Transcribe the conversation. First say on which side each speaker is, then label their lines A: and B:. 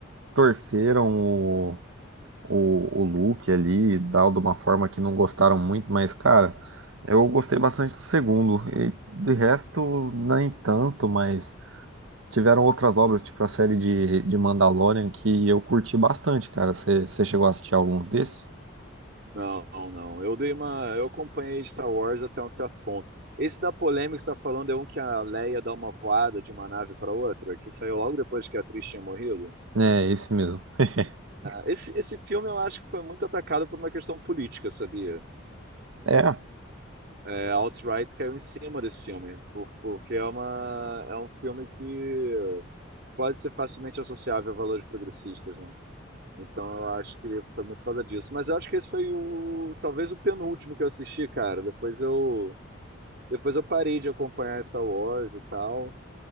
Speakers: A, on the right; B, on the right.
A: torceram o, o, o Luke ali e tal, de uma forma que não gostaram muito, mas, cara, eu gostei bastante do segundo. E de resto, nem tanto, mas tiveram outras obras, tipo a série de, de Mandalorian, que eu curti bastante, cara. Você chegou a assistir alguns desses?
B: Não, não. Eu dei uma, eu acompanhei Star Wars até um certo ponto. Esse da polêmica que você está falando é um que a Leia dá uma voada de uma nave para outra, que saiu logo depois que a atriz tinha morrido.
A: É, esse mesmo. <laughs>
B: Esse, esse filme eu acho que foi muito atacado por uma questão política, sabia?
A: É.
B: É, a alt-right caiu em cima desse filme, por- porque é uma, é um filme que pode ser facilmente associável a valores progressistas, né? Então eu acho que foi muito por causa disso. Mas eu acho que esse foi o talvez o penúltimo que eu assisti, cara. Depois eu depois eu parei de acompanhar Star Wars e tal.